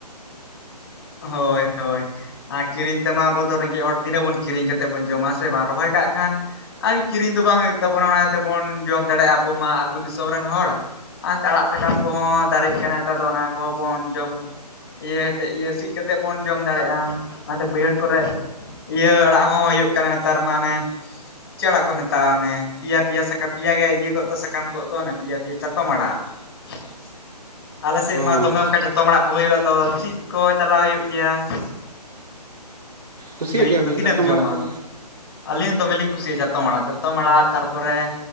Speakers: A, on the left (about 40°); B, on the right (about 70°).
A: ᱦᱳᱭ ᱦᱳᱭ ᱾ ᱟᱻ ᱠᱤᱨᱤᱧ ᱛᱮᱢᱟ ᱟᱵᱚ ᱫᱚ ᱨᱮᱸᱜᱮᱡ ᱦᱚᱲ ᱛᱤᱱᱟᱹᱜ ᱵᱚᱱ ᱠᱤᱨᱤᱧ ᱠᱟᱛᱮᱜ ᱵᱚᱱ ᱡᱚᱢᱟ ᱥᱮ ᱵᱟᱝ ᱨᱚᱦᱚᱭ ᱠᱟᱜ ᱠᱷᱟᱱ ᱟᱨ ᱻ ᱠᱤᱨᱤᱧ ᱫᱚ ᱵᱟᱝ ᱦᱩᱭᱩᱜ ᱛᱟᱵᱚᱱᱟ ᱚᱱᱟ ᱛᱮ ᱵᱚᱱ ᱡᱚᱢ ᱫᱟᱲᱮᱭᱟᱜ-ᱟ ᱟᱵᱚ ᱢᱟ ᱾ ᱟᱹᱛᱩ ᱫᱤᱥᱚᱢ ᱨᱮᱱ ᱦᱚᱲ ᱟᱱᱛᱮ ᱟᱲᱟᱜ ᱥᱟᱠᱟᱢ ᱠᱚᱦᱚᱸ ᱫᱟᱨᱮᱜ ᱠᱟᱱᱟ ᱱᱮᱛᱟᱨ ᱫᱚ ᱚᱱᱟ ᱠᱚᱦᱚᱸ ᱵᱚᱱ ᱡᱚᱢ, ᱤᱭᱟᱹ ᱦᱮᱴᱮᱡ ᱤᱭᱟᱹ ᱥᱤᱜ ᱠᱟᱛᱮᱜ ᱵᱚᱱ ᱡᱚᱢ ᱫᱟᱲᱮᱭᱟᱜ-ᱟ ᱚᱱᱟᱛᱮ ᱵᱟᱹᱭᱦᱟᱹᱲ ᱠᱚᱨᱮᱜ ᱤᱭᱟᱹ ᱟᱲᱟᱜ ᱦᱚᱸ ᱦᱩᱭᱩᱜ ᱠᱟᱱᱟ ᱱᱮᱛᱟᱨ ᱢᱟᱱᱮ ᱪᱮᱜ ᱟᱲᱟᱜ ᱠᱚ ᱢᱮᱛᱟᱜ-ᱟ ᱚᱱᱮ ᱯᱮᱭᱟ, ᱯᱮᱭᱟ ᱥᱟᱠᱟᱢ, ᱯᱮᱭᱟ ᱜᱮ ᱤᱭᱟᱹ ᱠᱚᱜ ᱫᱚ ᱥᱟᱠᱟᱢ ᱠᱚᱜ ᱫᱚ, ᱚᱱᱮ ᱯᱮᱭᱟ, ᱯᱮᱭᱟ, ᱪᱟᱛᱚᱢ ᱟᱲᱟᱜ ᱾ ᱟᱞᱮ ᱥᱮᱫ
B: ᱦᱚᱸ
A: ᱢᱟ ᱫᱚᱢᱮ ᱚᱱᱠᱟ ᱪᱟᱛᱚᱢ ᱟᱲᱟᱜ ᱠᱚ ᱦᱩᱭᱩᱜ-ᱟ ᱟᱫᱚ ᱥᱤᱫ ᱠᱚᱡ‌ ᱪᱟᱞᱟᱣ ᱦᱩᱭᱩᱜ ᱜᱮᱭᱟ ᱾
B: ᱠᱩᱥᱤᱭᱟᱜ
A: ᱠᱤᱨᱤᱧ
B: ᱜᱮᱭᱟᱵᱤᱱ
A: ᱠᱚᱫᱚ ᱛᱤᱱᱟᱹᱜ
B: ᱪᱟᱛᱚᱢ
A: ᱮᱢ ᱡᱚᱢᱟ᱾
B: ᱟᱲᱟᱜ ᱫᱚ
A: ᱟᱹᱞᱤᱧ ᱦᱚᱸ ᱫᱚᱢᱮᱞᱤᱧ ᱠᱩᱥᱤᱭᱟᱜ-ᱟ ᱪᱟᱛᱚᱢ ᱟᱲᱟᱜ ᱾ ᱪᱟᱛᱚᱢ ᱟᱲᱟᱜ ᱛᱟᱨᱯᱚᱨᱮ